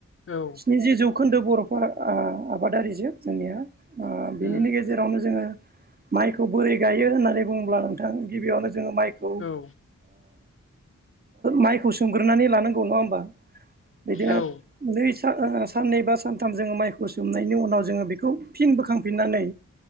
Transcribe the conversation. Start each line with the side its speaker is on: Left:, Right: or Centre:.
Left: औ
Right: नि जि जौखोन्दो बर'फ आबादारिजों जोंनिया बिनि
Left: उम
Right: गेजेराव जेरावनो जोङो माइखौ बोरै गायो होननानै बुङोब्ला नों गिबियावनो जो माइखौ ओ
Left: औ
Right: माइखौ सोमग्रोनानै लानांगौ नङा होमबा बिदिनो
Left: औ
Right: नै साननै बा सानथाम जोङो माइखौ सोमनायनि उनाव जोङो बेखौ फिन बोखांफिननानै